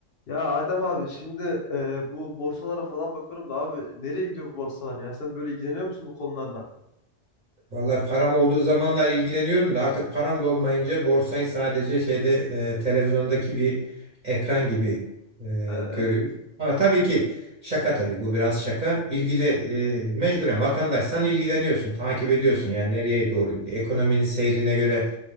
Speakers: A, on the left; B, on the right.
A: Ya Adem abi şimdi e, bu borsalara falan bakıyorum da abi nereye gidiyor bu borsalar ya? Sen böyle ilgileniyor musun bu konularla?
B: Vallahi param olduğu zamanlar ilgileniyordum da artık param da olmayınca borsayı sadece şeyde e, televizyondaki bir ekran gibi e,
A: E, evet.
B: görüyorum. Ama tabii ki şaka tabii bu biraz şaka. İlgili e,
A: Evet.
B: mecburen vatandaşsan ilgileniyorsun, takip ediyorsun.
A: Doğru.
B: Yani nereye doğru gidiyor, ekonominin seyrine göre